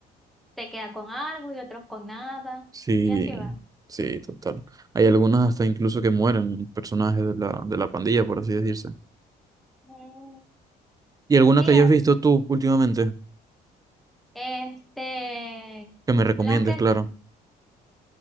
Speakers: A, in the centre; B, on the right.
A: se queda con algo y otros con nada.
B: Sí,
A: Y así va.
B: sí, total. Hay algunas hasta incluso que mueren, personajes de la, de la pandilla, por así decirse.
A: Mm,
B: ¿Y alguna
A: Sí,
B: que hayas visto tú últimamente?
A: Este,
B: Que me recomiendes,
A: la que,
B: claro.